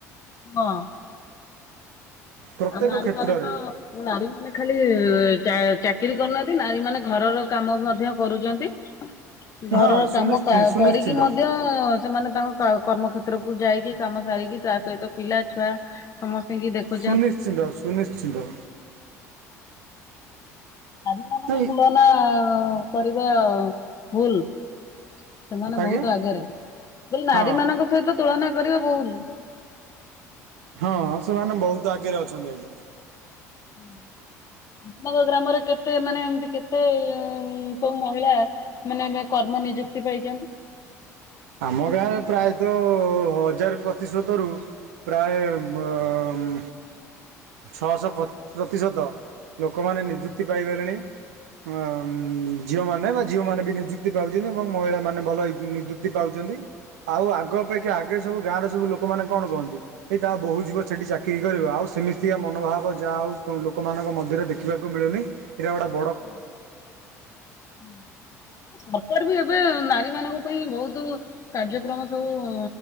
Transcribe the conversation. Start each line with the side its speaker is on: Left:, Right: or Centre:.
Left: ହଁ।
Right: ପ୍ରତ୍ୟେକ
Left: ଓ ନାରୀ
Right: କ୍ଷେତ୍ରରେ
Left: ମାନେ ତ ନାରୀ ମାନେ ଖାଲି ଚା- ଚାକିରି କରୁନାହାନ୍ତି ନାରୀ ମାନେ ଘରର କାମ ମଧ୍ୟ କରୁଚନ୍ତି। ଘରର
Right: ହଁ ସୁନିଶ୍ଚି
Left: କାମ କ-
Right: ସୁନିଶ୍ଚିନ୍ତ।
Left: କରିକି ମଧ୍ୟ ହଁ ସେମାନେ ତାଙ୍କ କ- କର୍ମକ୍ଷେତ୍ରକୁୁ ଯାଇକି କାମ ସାରିକି ତା ସହିତ ପିଲା ଛୁଆ ସମସ୍ତିଙ୍କି ଦେଖୁ
Right: ସୁନିଶ୍ଚିନ୍ତ ସୁନିଶ୍ଚିନ୍ତ।
Left: ନାରୀ ମାନଙ୍କ
Right: ନାଇଁ
Left: ତୁଳନା କରିବା ଭୁଲ। ସେମାନେ
Right: ଆଜ୍ଞା
Left: ବହୁତ ଆଗରେ। ମୁଁ କହିଲି ନାରୀ
Right: ହଁ
Left: ମାନଙ୍କ ସହିତ ତୁଳନା କରିବେ ଭୁଲ।
Right: ହଁ ସେମାନେ ବହୁତ ଆଗରେ ଅଛନ୍ତି ଆଜ୍ଞା।
Left: ହୁଁ। ଆପଣଙ୍କ ଗ୍ରାମରେ କେତେ ମାନେ ଏମିତି କେତେ ସବୁ ମହିଳା ମାନେ ଏବେ କର୍ମ ନିଯୁକ୍ତି ପାଇଚନ୍ତି।
Right: ଆମ ଗାଁରେ ପ୍ରାୟତ ହଜାର ପ୍ରତିଶତରୁ ପ୍ରାୟ ମୋମ୍ ଛଅଶହ ପ୍ରତ ପ୍ରତିଶତ ଲୋକମାନେ ନିଯୁକ୍ତି ପାଇଗଲେଣି। ଆ, ଉଁ,। ଝିଅମାନେ ବା ଝିଅମାନେ ବି ନିଯୁକ୍ତି ପାଉଛନ୍ତି ଏବଂ ମହିଳାମାନେ ଭଲ ଇ- ନିଯୁକ୍ତି ପାଉଛନ୍ତି। ଆଉ ଆଗ ଅପେକ୍ଷା ଆ ଗେ ସବୁ ଗାଁ ର ସବୁ ଲୋକମାନେ କଣ କହନ୍ତି ଏଇ ତା ବୋହୁ ଯିବ ସେଠି ଚାକିରି କରିବ। ଆଉ ସେମି ତିକା ମନୋଭାବ ଯାହା ହଉ କ-ଲୋକମାନଙ୍କ ମଧ୍ୟରେ ଦେଖିବାକୁ ମିଳୁନି। ଏଇଟା ଗୋଟା
Left: ହଁ, ହଁ। ସରକାର ବି ଏବେ ନାରୀ ମାନଙ୍କ ପାଇଁ ବହୁତୁ କାର୍ଯ୍ୟକ୍ରମ ସବୁ ଉ,